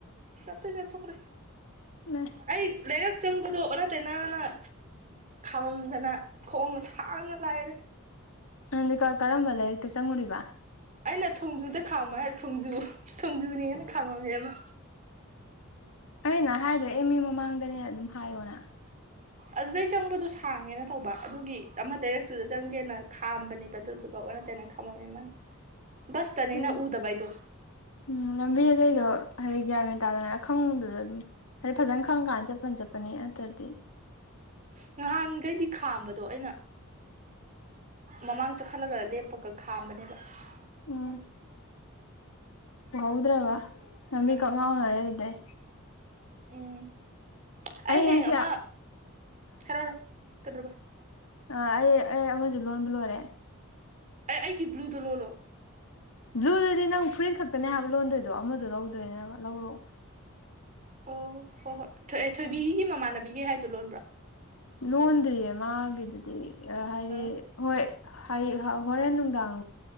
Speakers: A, on the right; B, on the left.
A: ꯆꯖ ꯊꯈꯔ
B: ꯎ
A: ꯑꯩ ꯂꯩꯔꯛ ꯆꯪꯕꯗꯣ ꯑꯣꯔ ꯇꯅꯥꯅ ꯈꯥꯃꯝꯗꯅ ꯈꯣꯡꯅ ꯁꯥꯡꯅ ꯂꯥꯛꯑꯦꯗ
B: ꯅꯪ ꯀꯔꯝꯕ ꯂꯥꯏꯔꯤꯛꯇ ꯆꯪꯉꯨꯔꯤꯕ
A: ꯑꯩꯅ ꯊꯣꯡꯖꯨꯗ ꯈꯥꯝꯃ ꯍꯥꯏꯔ ꯊꯣꯡꯖꯨ ꯊꯣꯡꯖꯨꯅꯦꯅ ꯈꯥꯝꯃꯝꯃꯦꯃ
B: ꯀꯩꯅ ꯍꯥꯏꯗ꯭ꯔꯦ ꯑꯦꯝ ꯑꯦ ꯃꯃꯥꯡꯗꯅꯦ ꯑꯗꯨꯝ ꯍꯥꯏꯌꯣꯅ
A: ꯑꯗꯨꯗꯩ ꯆꯪꯕꯗꯣ ꯁꯥꯡꯉꯦꯅ ꯇꯧꯕ ꯑꯗꯨꯒꯤ ꯑꯃ ꯂꯩꯔꯛꯇꯨꯗ ꯆꯪꯒꯦꯅ ꯈꯥꯝꯕꯅꯦꯕ ꯑꯗꯨꯗꯨ ꯑꯣꯟꯅ ꯇꯩꯅ ꯈꯝꯃꯧꯃꯤ ꯏꯃꯅ ꯕꯁꯇꯅꯤꯅ
B: ꯎꯝ
A: ꯎꯗꯕꯩꯗꯣ
B: ꯎꯝ ꯂꯝꯕꯤ ꯑꯇꯩꯗꯣ ꯍꯥꯏꯗꯤ ꯒ꯭ꯌꯥꯟꯃꯤꯦꯟꯟ ꯇꯥꯗꯅ ꯑꯈꯪꯗꯨꯗ ꯑꯗꯨꯝ ꯍꯥꯏꯗꯤ ꯐꯖꯅ ꯈꯪ ꯀꯥꯟꯗ ꯆꯠꯄꯟ ꯆꯠꯄꯅꯤ ꯑꯗꯨꯗꯤ
A: ꯅꯍꯥꯟꯈꯩꯗꯤ ꯈꯥꯝꯕꯗꯣ ꯑꯩꯅ ꯃꯃꯥꯡ ꯆꯈꯠꯂꯒ ꯂꯦꯞꯄ ꯈꯥꯝꯕꯅꯦꯕ
B: ꯎꯝ
A: ꯑꯗꯨ
B: ꯎꯍꯧꯗ꯭ꯔꯕ ꯂꯝꯕꯤ
A: ꯎꯝ
B: ꯀꯛ ꯉꯥꯎꯅꯔꯦ ꯑꯗꯨꯗꯩ
A: ꯎꯝ ꯑꯩ ꯍꯌꯦꯡ
B: ꯉꯁꯤ
A: ꯑꯃ
B: ꯑꯥ
A: ꯍꯥꯏꯔꯛꯔꯣ ꯀꯗꯕ
B: ꯑꯥ ꯑꯩ ꯑꯩ ꯑꯃꯁꯨ ꯂꯣꯟꯕ ꯂꯣꯏꯔꯦ
A: ꯑꯦ ꯑꯩꯒꯤ ꯕ꯭ꯂꯨꯗꯣ ꯂꯣꯜꯂꯣ
B: ꯕ꯭ꯂꯨꯗꯨꯗꯤ ꯅꯪ ꯐꯨꯔꯤꯟ ꯈꯛꯇꯅꯦ ꯍꯥꯏꯕ ꯂꯣꯟꯗꯣꯏꯗꯣ ꯑꯃꯗꯣ ꯂꯧꯗꯣꯏꯅꯦꯕ ꯂꯧꯔꯣꯑꯣ
A: ꯑꯣ ꯍꯣꯏ ꯍꯣꯏ ꯑꯦ ꯊꯣꯏꯕꯤꯒꯤ ꯃꯃꯥꯟꯅꯕꯤꯒꯤ ꯍꯥꯏꯗꯨꯣ ꯂꯣꯟꯕ꯭ꯔꯥ
B: ꯂꯣꯟꯗꯤꯌꯦ ꯃꯥꯒꯤꯗꯨꯗꯤ ꯍꯥꯏꯗꯤ
A: ꯑ
B: ꯍꯣꯏ ꯍꯣꯔꯦꯟ ꯅꯨꯡꯗꯥꯡ